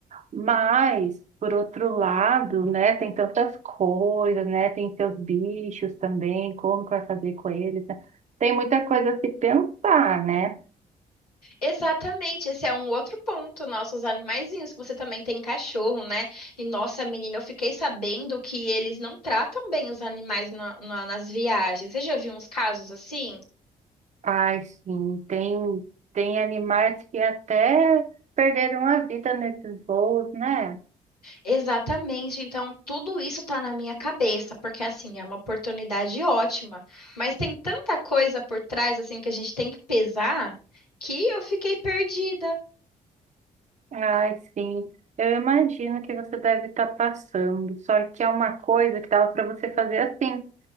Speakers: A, on the right; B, on the left.
A: Mas, por outro lado, né, tem tantas coisas, né? Tem seus bichos também, como que vai fazer com eles, né? Tem muita coisa a se pensar, né?
B: Exatamente, esse é um outro ponto, nossos animaizinhos, que você também tem cachorro, né? E nossa, menina, eu fiquei sabendo que eles não tratam bem os animais na- na- nas viagens. Você já viu uns casos assim?
A: Ai, sim, tem, tem animais que até perderam a vida nesses voos, né?
B: Exatamente, então tudo isso tá na minha cabeça, porque assim, é uma oportunidade ótima, mas tem tanta coisa por trás assim que a gente tem que pesar que eu fiquei perdida.
A: Ai, sim. Eu imagino que você deve estar passando, só que é uma coisa que dava para você fazer assim.